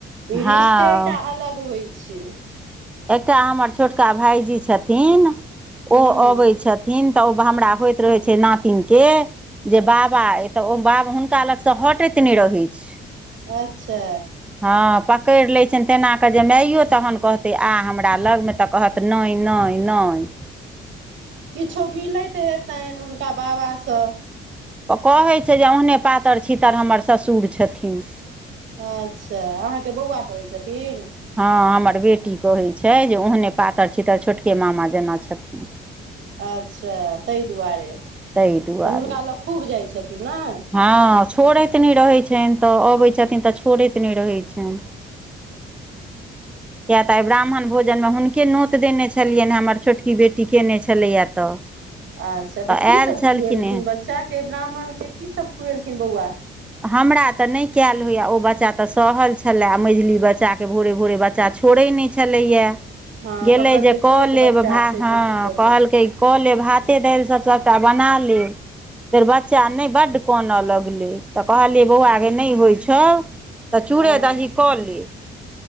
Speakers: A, on the right (about 70°); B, in the centre.
A: ई
B: हँ
A: रिश्ते एकटा अलग होइ छै।
B: एकटा हमर छोटका भाइजी छथिन, ओ
A: हूँ
B: अबै छथिन तऽ ओ हमरा होइ त रहै छै नातिन के जे बाबा अइ तऽ ओ बाब हुनका लगसँ हटैत नहि रहै छै।
A: अच्छा
B: हँ पकड़ि लै छैन तेना कऽ, जे मैयो तहन कहथ तय आ हमरा लगमे, तऽ कहत नहि-नहि-नहि।
A: किछो मिलैत हेतनि हुनका बाबा सँ।
B: सब कहै छै जे, ओहने पातर-छितर हमर ससुर छथिन।
A: अच्छा अहाँके बौआ कहै छथिन।
B: हँ हमर बेटी कहै छै, जे ओहने पातर-छितर छोटके मामा जेना छथिन।
A: अच्छा तहि दुआरे, तऽ
B: ताहि दुआरे
A: हुनका लग खूब जाइ छथिन नहि।
B: हँ छोड़ैत नहि रहै छनि तऽ, अबैत छथिन त छोड़ैत नहि रहै छनि। <inaudible> किया तऽ आइ ब्राह्मण भोजनमे हुनके नोत देने छलियनि हैं, हमर छोटकी बेटी केने छलैया तऽ। <inaudible>
A: अच्छा तऽ कीसब
B: आयल छलखिन
A: खुएलखिन
B: हेँ
A: बच्चाके, ब्राह्मणके कीसब खुएलखिन बौआ।
B: हमरा तऽ नहि कैल होइए, ओ बच्चा त सहल छलै, मझिली बच्चाकेँ भोरे-भोरे बच्चा छो छोड़ै नहि छलैयैं।
A: हँ
B: गेलै
A: तऽ कते
B: जे कऽ
A: छोट
B: लेब
A: बच्चा
B: भा
A: छै
B: हँ।
A: तऽ की कऽ
B: कहलकै
A: सकैत छी
B: कऽ लेब भाते, दाल सब सबटा। बना लेब, तर बच्चा नहि बड्ड कोन लग लै। तऽ कहलियै बौआगे नहि होइ छौ, तऽ
A: हँ
B: चूड़े दही कऽ ले।